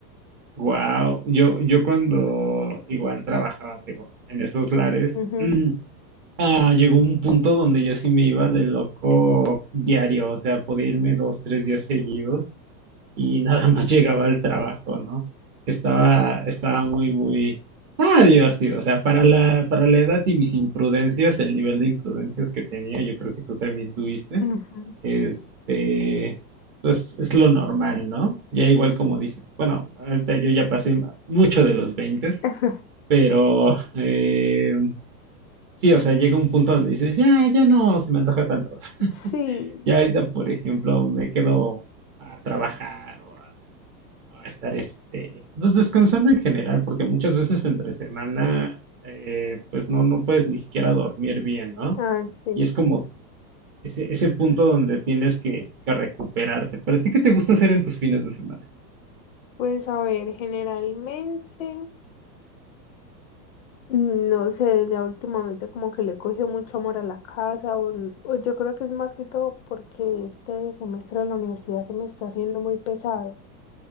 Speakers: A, on the right; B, on the left.
A: Wow, yo, yo cuando igual trabajaba, tengo, en esos lares,
B: Ujú,
A: mm, ah, llegó un punto donde yo sí me iba de loco diario, o sea, podía irme dos, tres días seguidos y nada más <laughs> llegaba al trabajo, ¿no? Estaba, estaba muy, muy, ah, divertido, o sea, para la, para la edad y mis imprudencias, el nivel de imprudencias que tenía, yo creo que tú también tuviste.
B: ujú.
A: Este, pues es lo normal, ¿no? Ya igual como dices, bueno, ahorita yo ya pasé ma- mucho de los 20,
B: <laughs>
A: pero eh, sí, o sea, llega un punto donde dices, ya, ya no se me antoja tanto. <laughs>
B: Sí,
A: Ya ahorita, por ejemplo, me quedo a trabajar o a, a estar, este, pues descansando en general, porque muchas veces entre semana, eh, pues no, no puedes ni siquiera dormir bien, ¿no?
B: ah, sí.
A: Y es como ese, ese punto donde tienes que, que recuperarte. ¿Pero a ti qué te gusta hacer en tus fines de semana?
B: Pues a ver, generalmente, mm, no sé, ya últimamente como que le cogió mucho amor a la casa, o, l- o yo creo que es más que todo porque este semestre de la universidad se me está haciendo muy pesado.